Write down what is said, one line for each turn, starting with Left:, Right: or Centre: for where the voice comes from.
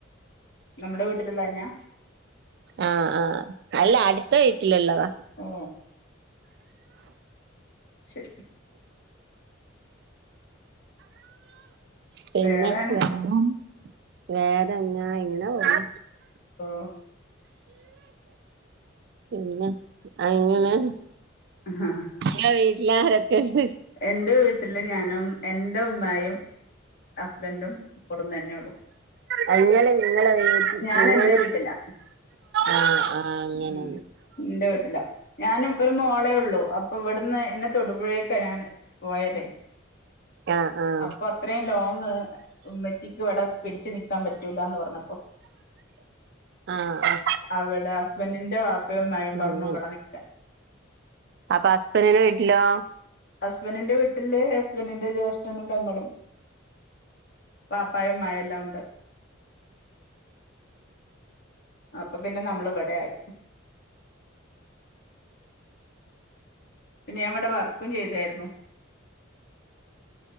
Left: നമ്മുടെ വീട്ടിലുള്ളന്നാ
Right: ആഹ് ആഹ് അല്ല അടുത്ത വീട്ടിലുള്ളത
Left: ഓ ശരി
Right: പിന്നെ
Left: വേറെന
Right: വേറെ വേറെന്നാ ഇങ്ങനാ പോണ്
Left: ഓ
Right: പിന്നെ അങ്ങനെ
Left: ആഹ്
Right: ങ്ങളെ വീട്ടില ആരൊക്കെണ്ട്
Left: എന്റെ വീട്ടില് ഞാനും എന്റെ ഉമ്മായും ഹസ്ബൻഡും ഇടും തന്നെ ഉള്ളു
Right: അ നിങ്ങള് നിങ്ങ
Left: ഞാൻ എന്റെ വീട്ടിലാ
Right: ആഹ് ആഹ് അങ്ങനെ
Left: ഉം എന്റെ വീട്ടില ഞാനും ഒരു മോളേ ഉള്ളൂ അപ്പൊ ഇവിടുന്ന് എന്നെ തൊടുപുഴയൊക്കെ ഞാന് പോയത്
Right: ആഹ് ആഹ്
Left: അപ്പൊ അത്രയും ലോങ് ഉമ്മച്ചിക്ക് ഇവിടെ പിടിച്ച് നിക്കാൻ പറ്റൂലന്ന് പറഞ്ഞപ്പോ
Right: ആഹ് ആഹ്
Left: അവടെ ഹസ്ബൻഡിന്റെ വാപ്പയും ഉമ്മായും
Right: അങ്ങനെ
Left: പറഞ്ഞു ഇവിടെ നിക്കാൻ
Right: അപ്പൊ അബൻഡിന്റെ വീട്ടിലോ
Left: ഹസ്ബൻഡിന്റെ വീട്ടില് ഹസ്ബൻഡിന്റെ ജ്യേഷ്ഠനും പെങ്ങളും വാപ്പായും ഉമ്മായും എല്ലാം ഉണ്ട് അപ്പൊ പിന്നെ നമ്മൾ ഇവിടെ ആയി പിന്നെ ഞാൻ ഇവിടെ വർക്കും ചെയ്തായിരുന്നു